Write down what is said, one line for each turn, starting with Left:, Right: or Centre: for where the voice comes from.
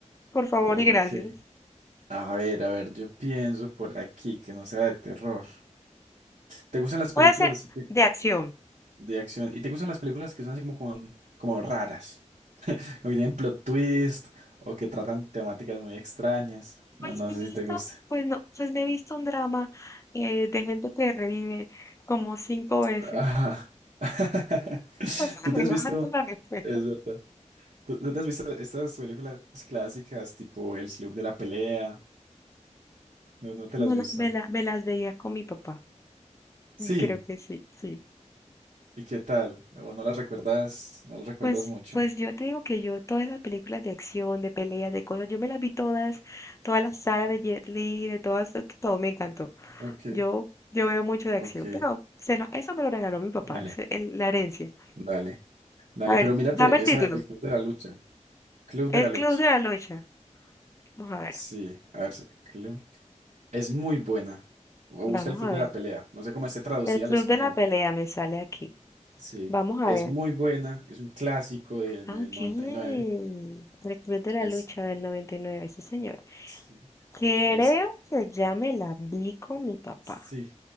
Left: por favor
Right: ok.
Left: y gracias.
Right: A ver, a ver, yo pienso por aquí que no sea de terror. ¿Te gustan las
Left: Puede
Right: películas
Left: ser
Right: así que-
Left: de acción.
Right: de acción? ¿Y te gustan las películas que son así como, con- como raras? o que tienen plot twist, o que tratan temáticas muy extrañas. No,
Left: Pues
Right: no
Left: me
Right: sé
Left: he visto,
Right: si te gusta.
Left: pues no, pues me he visto un drama eh, de gente que revive como cinco veces.
Right: Ajá. <laughs>
Left: Pues <laughs>
Right: ¿Tú te has visto?
Left: relájate la respuesta.
Right: Es verdad. ¿Tú, tú te has visto estas películas clásicas tipo El Club de la Pelea? No, no te
Left: Me,
Right: las has visto.
Left: la- me la- me las veía con mi papá.
Right: Sí.
Left: Creo que sí, sí.
Right: ¿Y qué tal? ¿O no las recuerdas? No las recuerdas
Left: Pues,
Right: mucho.
Left: pues yo te digo que yo todas esas películas de acción, de peleas, de cosas, yo me las vi todas, toda la saga de Jet Li, de todas, to- todo me encantó.
Right: Ok,
Left: Yo, yo veo mucho de acción,
Right: ok.
Left: pero se lo- eso me lo regaló mi papá,
Right: Dale.
Left: es el- la herencia.
Right: Dale. Dale,
Left: A ver,
Right: pero mírate
Left: dame el
Right: esa
Left: título.
Right: del Club de la Lucha. Club
Left: El
Right: de la Lucha.
Left: Club de la Lucha. Vamos a ver,
Right: Sí, a ver, sí, Club Es muy buena. O
Left: vamos
Right: busca el Club
Left: a ver.
Right: de la Pelea. No sé cómo esté traducida
Left: El Club
Right: al español.
Left: de la Pelea me sale aquí.
Right: Sí.
Left: Vamos a
Right: Es
Left: ver.
Right: muy buena. Es un clásico de- del
Left: Ah, Ok.
Right: 99.
Left: El Club de la
Right: Es,
Left: Lucha del 99, sí señor.
Right: sí,
Left: Creo
Right: es,
Left: que ya me la vi con mi papá.
Right: sí.